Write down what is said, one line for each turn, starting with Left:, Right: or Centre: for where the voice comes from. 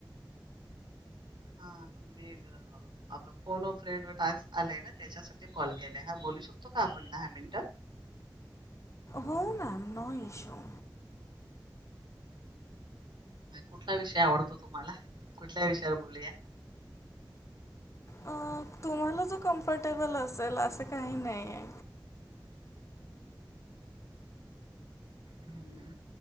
Right: हा मेघ, अग फोन अ फ्रेंड टास्क आलाय ना त्याच्यासा ते कॉल केले हा बोलू शकतो का आपण दहा मिनिटं.
Left: हो मॅम, नो इश्यू.
Right: कुठला विषय आवडतो तुम्हाला? कुठल्या विषयावर बोलूया?
Left: अ तुम्हाला जो कम्फर्टेबल असेल, असं काही नाही ये.
Right: हम्म,